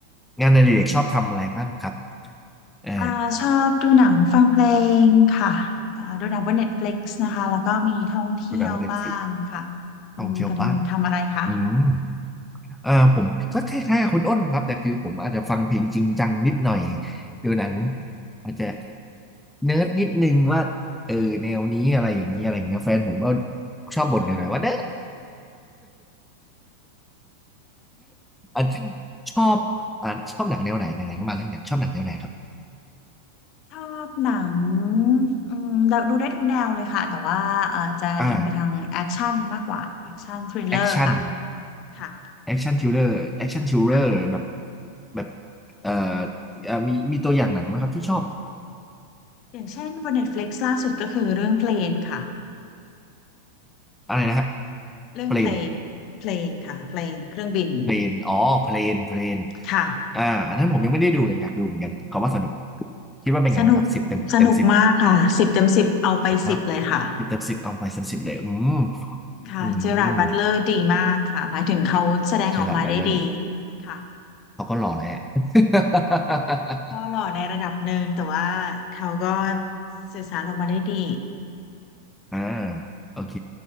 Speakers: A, in the centre; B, on the left.
A: งานอดิเรกชอบทำอะไรบ้างครับเออ
B: อ่าชอบดูหนังฟังเพลงค่ะอ่าดูหนังบน Netflix นตฟลิกซ์นะคะแล้วก็มีท่องเที่ยวบ้างค่ะ
A: ดูหนังเด็กฟรี
B: คุณกรินทำอะไรคะ
A: ท่องเที่ยวบ้างอืม อ่าผมก็คล้ายๆกับคุณอ้นครับแต่คือผมอาจจะฟังเพลงจริงจังนิดหน่อยดูหนังอาจจะเนิร์ดนิดนึงว่าเออแนวนี้อะไรอย่างเงี้ยอะไรอย่างเงี้ยแฟนผมก็ชอบบ่นหน่อยๆว่าเนิร์ด
B: ค่ะ
A: อ่ะชอบอ่าชอบหนังแนวไหนไหนๆก็มาเรื่องหนังชอบหนังแนวไหนครับ
B: ชอบหนังอืมเราดูได้ทุกแนวเลยค่ะแต่ว่าเอ่อจะอินไปทางแอคชั่นมากกว่า
A: อ่า
B: แอคชั่นทริลเลอร์ค่ะ
A: แอคชั่น
B: ค่ะ
A: แอคชั่นทริลเลอร์แอคชั่นทริลเลอร์แบบ
B: ค่ะ
A: แบบเอ่อเอ่อมีมีตัวอย่างหนังไหมครับที่ชอบ
B: อย่างเช่นบน Netflix ลกซ์ล่าสุดก็คือเรื่องเพลนค่ะ
A: อะไรนะฮะ
B: เรื่องเพลนเพลนค่ะเพลนเครื่องบิน
A: เปลน เพลนอ๋อเพลนเพลน
B: ค่ะ
A: อ่าอันนั้นผมยังไม่ได้ดูเลยอยากดูเหมือนกันเขาว่าสนุกคิดว่าเป็นไงบ้างครับสิบเต็มเต็มสิบ
B: สนุกสนุกมากค่ะสิบเต็มสิบเอาไปสิบเลยค่ะ
A: สนุกมากสิบเต็มสิบเอาไปเต็มสิบเลยอืม
B: ค่ะเจอราร์ดบัตเลอร์ดีมากค่ะหมายถึงเขาแสดงออกมาได้ดี
A: อืมเจอร์ารดบัตเลอร์
B: ค่ะ
A: เขาก็หล่อแหละ <laughs>
B: ก็หล่อในระดับหนึ่งแต่ว่าเขาก็สื่อสารออกมาได้ดี
A: อ่า
B: ค่ะ
A: โอเค